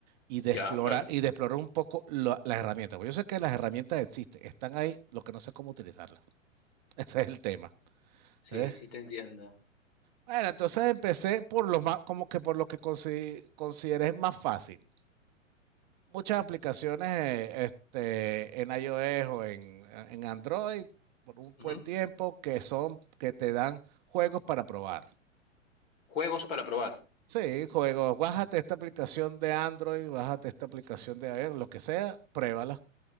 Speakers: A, on the right; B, on the left.
A: y de
B: ya,
A: explorar,
B: claro.
A: y de explorar un poco la- las herramientas. Porque yo sé que las herramientas existen, están ahí, lo que no sé es cómo utilizarlas. <laughs> Ese es el tema.
B: Sí,
A: ¿eh?
B: sí, te entiendo.
A: Bueno, entonces empecé por lo más, como que por lo que consi- consideré más fácil. muchas aplicaciones eh, este, en iOS o en, en Android por un
B: Ujú.
A: buen tiempo que son que te dan juegos para probar.
B: Juegos para probar.
A: Sí, juegos, bájate esta aplicación de Android, bájate esta aplicación de iOS, lo que sea, pruébala